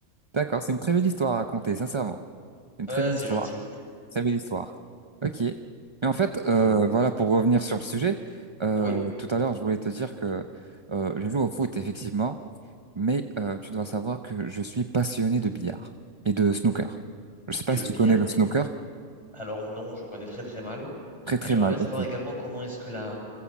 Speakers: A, on the right; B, on the left.
A: d'accord, c'est une très belle histoire à raconter, sincèrement.
B: <laughs>
A: Une très
B: Ouais,
A: belle histoire,
B: c'est gentil.
A: très belle histoire. Ok. Mais en fait,
B: plutôt.
A: euh, voilà, pour revenir sur le sujet, euh,
B: Oui.
A: tout à l'heure, je voulais te dire que euh, je joue au foot effectivement Mais euh, tu dois savoir que je suis passionné de billard et de snooker. Je sais pas
B: Et le
A: si tu
B: bière.
A: connais le snooker.
B: Et... Alors non, je connais très très mal.
A: Très
B: Mais
A: très
B: j'aimerais
A: mal.
B: bien savoir
A: ok.
B: également comment est-ce que la,